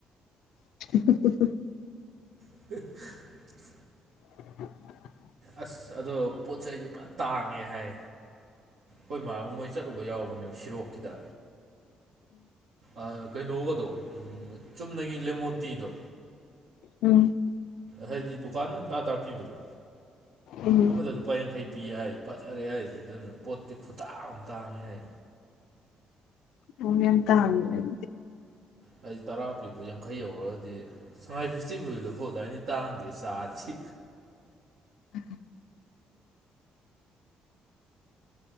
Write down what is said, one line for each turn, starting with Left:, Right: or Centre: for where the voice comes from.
Left: <unintelligible>
Right: <unintelligible>
Left: <unintelligible>
Right: ꯑꯁ ꯑꯗꯣ ꯄꯣꯠ ꯆꯩꯗꯤ ꯐꯟ ꯇꯥꯡꯉꯦ ꯍꯥꯏ꯫ ꯍꯣꯏ ꯃꯥꯕꯨ ꯃꯣꯏ ꯆꯠꯂꯨꯕ ꯌꯥꯎꯕꯅꯦꯕ ꯁꯤꯔꯣꯛꯀꯤꯗ꯫ ꯑ ꯀꯩꯅꯣꯒꯗꯣ ꯆꯨꯝꯅꯒꯤ ꯂꯦꯃꯣꯟ ꯇꯤꯗꯣ꯫
Left: ꯎꯝ꯫
Right: ꯍꯥꯏꯗꯤ ꯗꯨꯀꯥꯟ ꯑꯗꯨꯝ ꯇꯔꯥ ꯇꯔꯥ ꯄꯤꯕꯗꯣ
Left: ꯎꯝ
Right: ꯑꯃ ꯂꯨꯄꯥ ꯌꯥꯡꯈꯩ ꯄꯤ ꯍꯥꯏ ꯐꯥꯖꯔꯦ ꯍꯥꯏ ꯑꯗꯨꯅ ꯄꯣꯠꯇꯤ ꯈꯨꯇꯥꯛ ꯑꯃ ꯇꯥꯡꯉꯦ ꯍꯥꯏ꯫
Left: <unintelligible>
Right: ꯍꯥꯏꯗꯤ ꯇꯔꯥ ꯄꯤꯕꯗꯣ ꯌꯥꯡꯈꯩ ꯌꯧꯔꯛꯑꯗꯤ꯫ ꯁꯉꯥꯏ ꯐꯦꯁꯇꯤꯚꯦꯜ ꯗꯨꯐꯥꯎ ꯑꯗꯥꯏꯅꯥꯗꯤ ꯇꯥꯡꯗꯦ ꯆꯥꯗꯤ꯫
Left: <inaudible>